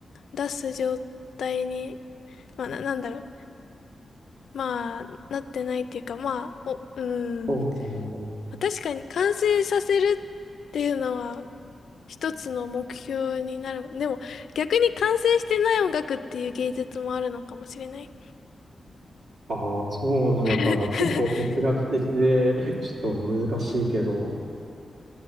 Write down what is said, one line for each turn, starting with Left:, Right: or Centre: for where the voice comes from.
Left: 出す状態に、まあな、なんだろう、まあなってないっていうか、まあ、お、うー
Right: そうなの。
Left: ん、まあ確かに完成させるっていうのは一つの目標になる。でも、逆に完成してない音楽っていう芸術もあるのかもしれない。
Right: ああ、そうなのかな。
Left: <laughs>
Right: 結構哲学的で、ちょっと難しいけど。